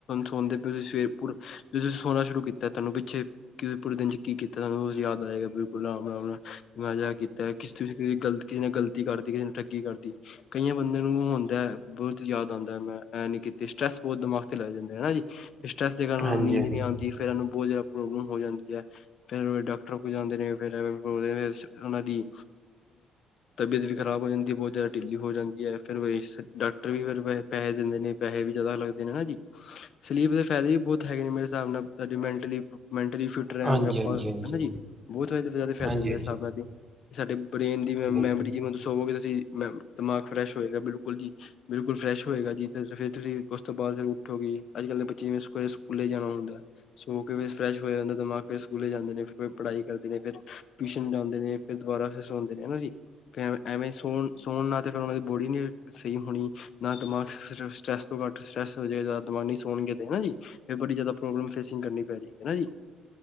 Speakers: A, on the left; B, on the right.
A: ਸੌਣਦੇ ਪਏ ਤੁਸੀਂ ਸਵੇਰ ਪ ਜ ਤੁਸੀਂ ਸੋਣਾ ਸ਼ੁਰੂ ਕੀਤਾ ਤੁਹਾਨੂੰ ਪਿੱਛੇ ਕਿਂ ਪੂਰੇ ਦਿਨ 'ਚ ਕੀ ਕੀਤਾ ਸਾਨੂੰ ਯਾਦ ਆਏਗਾ ਬਿਲਕੁਲ ਆਰਾਮ-ਆਰਾਮ ਨਾਲ ਮੈਂ ਅੱਜ ਇਹ ਕੀਤਾ ਕਿਸ ਤੁਸੀਂ ਗਲਤ ਕਿਸੇ ਨੇ ਗਲਤੀ ਕਰਤੀ, ਕਿਸੇ ਨੇ ਠੱਗੀ ਕਰਤੀ। ਕਈਆਬੰਦਿਆਂ ਨੂੰ ਹੁੰਦਾ, ਬਹੁਤ ਯਾਦ ਆਉਂਦਾ ਹੈ ਮੈਂ ਐਂ ਨੀ ਕੀਤੀ, ਸਟਰ੍ਰੈਸ ਬਹੁਤ ਦਿਮਾਗ ਤੇ ਲੱਗ, ਜਾਂਦਾ ਹਨਾ ਜੀ, ਸਟਰ੍ਰੈਸ ਦੇ ਕਾਰਨ
B: ਹਾਂਜੀ
A: ਉਹ ਨੂੰ ਨੀਂਦ
B: ਹਾਂਜੀ ਹਾਂਜੀ
A: ਨਹੀਂ ਆਂਦੀ ਫਿਰ ਇਹਨੂੰ ਬਹੁਤ ਜ਼ਿਆਦਾ ਪ੍ਰੋਬਲਮ ਹੋ ਜਾਂਦੀ ਹੈ। ਫਿਰ ਡਾਕਟਰ ਕੋਲ ਜਾਂਦੇ ਨੇ, ਫਿਰ ਉਹਨਾਂ ਦੀ ਤਬੀਅਤ ਵੀ ਖਰਾਬ ਹੋ ਜਾਂਦੀ ਬਹੁਤ ਜ਼ਿਆਦਾ। ਡਿੱਲੀ ਹੋ ਜਾਂਦੀ ਹੈ, ਫਿਰ ਡਾਕਟਰ ਵੀ ਫ ਪੈਸੇ ਦਿੰਦੇ ਨੇ, ਪੈਸੇ ਵੀ ਜਿਆਦਾ ਲਗਦੇ ਨੇ ਹਨ ਜੀ। ਸਲੀਪ ਦੇ, ਫਾਇਦੇ ਵੀ ਬਹੁਤ ਹੈਗੇ ਨੇ, ਮੇਰੇ ਹਿਸਾਬ ਨਾਲ ਤੁਹਾਡੇ ਮੈਂਟਲੀ ਮੈਂਟਲੀ ਫਿਟ ਰਹਣਗੇ
B: ਹਾਂਜੀ
A: ਆਪਾਂ
B: ਹਾਂਜੀ
A: ਹਨਾ ਜੀ ਬਹੁਤ ਜਿਆਦਾ ਫਾਇਦਾ
B: ਹਾਂਜੀ
A: ਨੇ ਮੇਰੇ
B: ਹਾਂਜੀ
A: ਹਿਸਾਬ ਨਾਲ ਤੇ ਸਾਡੇ ਬ੍ਰੇਨ ਦੀ ਮ
B: ਬਿਲਕੁਲ
A: ਮੈਮਰੀ ਜਿਵੇਂ ਦ ਸੋਵੋਗੇ ਤੁਸੀਂ ਮੈ ਦਿਮਾਗ ਫਰੈਸ਼ ਹੋਏਗਾ ਬਿਲਕੁਲ ਜੀ। ਬਿਲਕੁਲ ਫਰੈਸ਼ ਹੋਏਗਾ ਜੀ ਫਿਰ ਤੁਸੀਂ ਉਸ ਤੋਂ ਬਾਅਦ ਫਿਰ ਉਠੋਗੇ ਅੱਜ ਕੱਲ੍ਹ ਦੇ ਬੱਚੇ ਜਿਵੇਂ ਸਕੂਲੇ ਜਾਣਾ ਹੁੰਦਾ। ਸੋ ਕੇ ਫਰੈਸ਼ ਹੋਇਆ ਜਾਂਦਾ ਦਿਮਾਗ, ਫਿਰ ਸਕੂਲੇ ਜਾਂਦੇ ਨੇ, ਫਿਰ ਪੜ੍ਹਾਈ ਕਰਦੇ ਨੇ, ਟਿਊਸ਼ਨ ਜਾਂਦੇ ਨੇ ਫਿਰ ਦੁਬਾਰਾ, ਫਿਰ ਸੌਂਦੇ ਨੇ ਹਨਾ ਜੀ, ਫਿਰਂ ਐਵੇਂ ਸੋਣ -ਸੌਣ ਨਾ ਤੇ ਫਿਰ ਉਹਨਾਂ ਦੀ ਬੋੜੀ ਨ ਸਹੀ ਹੋਣੀ ਨਾ ਦਿਮਾਗ ਸਟਰੈਸ ਤੋਂ ਘੱਟ ਸਟਰੈੱਸ ਜਾਏਗਾ ਦਿਮਾਗ ਨਹੀਂ ਸੋਣਗੇ ਤੇ ਹਨਾ ਜੀ। ਫਿਰ ਬੜੀ ਜਿਆਦਾ ਪ੍ਰੋਬਲਮ ਫੇਸਿੰਗ ਕਰਨੀ ਪੈ ਰਹੀ ਹਨਾ ਜੀ।